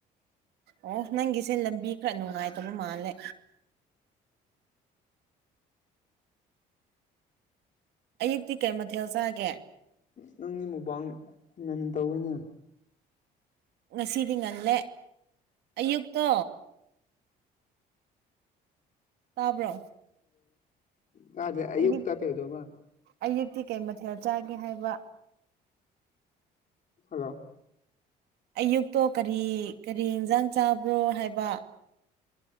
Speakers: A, on the right (about 75°); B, on the left (about 45°).
A: ꯑꯣ ꯅꯪꯒꯤꯁꯦ ꯂꯝꯕꯤ ꯈꯔ ꯅꯨꯡꯉꯥꯏꯇꯕ ꯃꯥꯜꯂꯦ ꯑꯌꯨꯛꯇꯤ ꯀꯩ ꯃꯊꯦꯜ ꯆꯥꯒꯦ
B: ꯅꯪꯒꯤ ꯃꯨꯛꯕꯥꯡ ꯉꯅ ꯇꯧꯋꯤꯅꯦ
A: ꯉꯁꯤꯗꯤ ꯉꯜꯂꯦ ꯑꯌꯨꯛꯇꯣ ꯇꯥꯕ꯭ꯔꯣ
B: ꯀꯥꯗ ꯑꯌꯨꯛꯇꯛꯇ
A: ꯑꯌꯨꯛ
B: ꯀꯩꯗꯧꯧꯕ
A: ꯑꯌꯨꯛꯇꯤ ꯀꯩ ꯃꯊꯦꯜ ꯆꯥꯒꯦ ꯍꯥꯏꯕ
B: ꯍꯜꯂꯣ
A: ꯑꯌꯨꯛꯇꯣ ꯀꯔꯤ ꯀꯔꯤ ꯏꯟꯁꯥꯡ ꯆꯥꯕ꯭ꯔꯣ ꯍꯥꯏꯕ